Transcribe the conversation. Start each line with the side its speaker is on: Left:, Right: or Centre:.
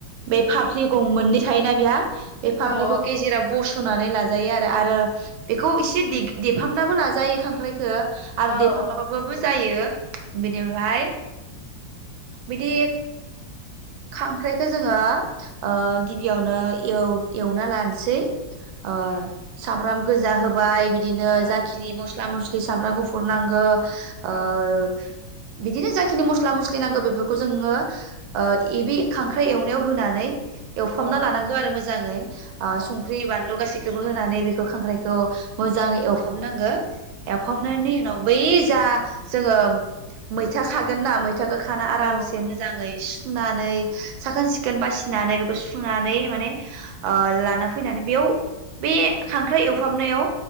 Right: बे फाफ्लि गं मोननै थायोना बेहा बे फाब्लिकखौ
Left: औ औ
Right: गेजेराव बस' नानै लाजायो आरो आरो बेखौ इसेदे देफामनाबो लाजायो खांख्राइखो आरो
Left: औ
Right: देफा
Left: औ
Right: माबाबाबो
Left: नंगौ
Right: जायो बेनिफ्राय बिदि खांख्राइखौ जोङो ओ गिबियावनो एव एवना लानसैओ सामब्राम गोजा होबाय बिद बिदिनो
Left: औ
Right: जाखिनि मस्ला मस सामब्राम गुफुर नांगो
Left: औ
Right: आ-ओ बिदिनो जाखिनि मस्ला मस्लि नांगौ बेफोरखौ जोङो ओ एबे खांख्राइ एवनायाव होनानै एवफामना
Left: औ
Right: लानांगौ आरो मोजां मोजाङै ओ
Left: औ
Right: सुंंख्रि
Left: नंगौ
Right: बानलु गासै खोबो होनानै बेखौ खांख्राइ खौ मोजाङै
Left: औ
Right: एवफामनांगो एवफबनायनि
Left: उम
Right: उनाव बै जा जोङो मैथा खागोन ना मै थाखो खाना आरामसे
Left: औ
Right: मोजाङै सु सुनानै साखोन सिखोन बासिनानै बेखौ सुनानै माने ओ लाना फैनानै बेयाव बे खांख्राइ एव फामनायाव